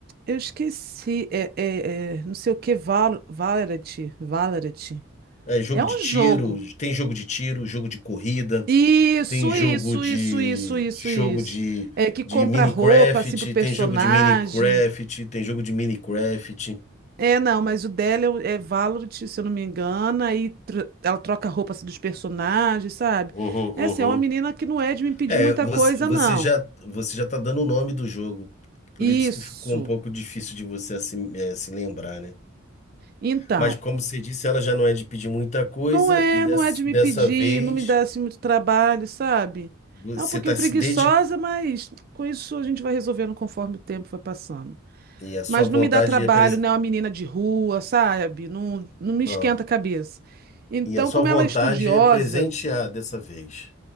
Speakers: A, on the right; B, on the left.
A: eu esqueci. É, é, é, não sei o que, Val, Valorant. Valorant.
B: É jogo
A: É um
B: de tiro,
A: jogo.
B: tem jogo de tiro, jogo de corrida.
A: Isso,
B: Tem jogo
A: isso,
B: de,
A: isso, isso, isso,
B: de jogo
A: isso.
B: de,
A: É que compra
B: de Minecraft,
A: roupa assim pro personagem.
B: tem jogo de Minecraft, tem jogo de Minecraft.
A: É, não, mas o dela é o- é Valorant, se eu não me engano, aí tro- ela troca a roupa assim, dos personagens, sabe?
B: Uhum,
A: É assim, é uma menina
B: uhum.
A: que não é de me pedir
B: É,
A: muita
B: você,
A: coisa,
B: você
A: não.
B: já você já tá dando o nome do jogo. Por
A: Isso.
B: isso que ficou um pouco difícil de você assim, eh, se lembrar, né?
A: Então,
B: Mas como você disse, ela já não é de pedir muita coisa
A: não é,
B: e dessa,
A: não é de me
B: dessa
A: pedir,
B: vez
A: não me dá assim muito trabalho, sabe?
B: você
A: É um pouquinho
B: está
A: preguiçosa,
B: se dedicando
A: mas com isso a gente vai resolvendo conforme o tempo vai passando.
B: e a sua
A: Mas
B: vontade
A: não me dá trabalho,
B: é presen...
A: não é uma menina de rua, sabe? Não, não me
B: ah,
A: esquenta a cabeça. Então,
B: e a sua
A: como
B: vontade
A: ela é estudiosa,
B: é presentear dessa vez.